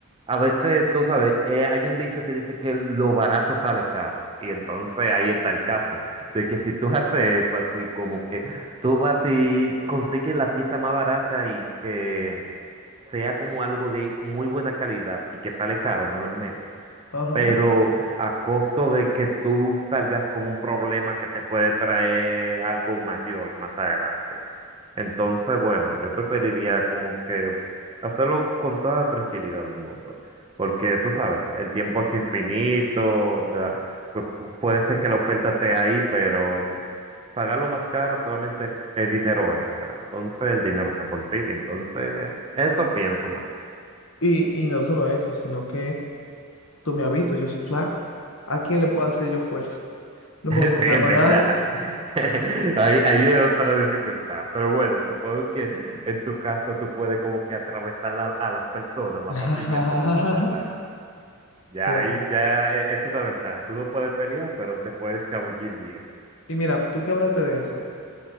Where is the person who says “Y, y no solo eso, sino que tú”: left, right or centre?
Left